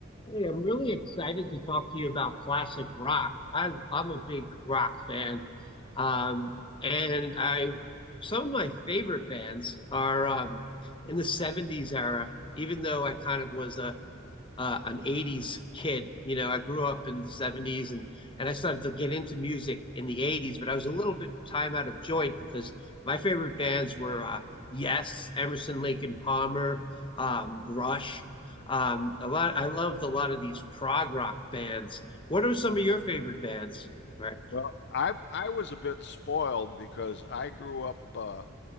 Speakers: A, on the left (about 25°); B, on the left (about 55°).
A: Hey, I'm really excited to talk to you about classic rock. I, I'm a big rock fan. Um, and I, some of my favorite bands are um, in the 70s era, even though I kind of was a uh, an 80s kid. You know, I grew up in the 70s and, and I started to get into music in the 80s, but I was a little bit time out of joint because my favorite bands were uh, Yes, Emerson, Lake and Palmer, um, Rush. Um, a lot. I loved a lot of these prog rock bands. What are some of your favorite bands, Rick?
B: Well, I I was a bit spoiled because I grew up uh,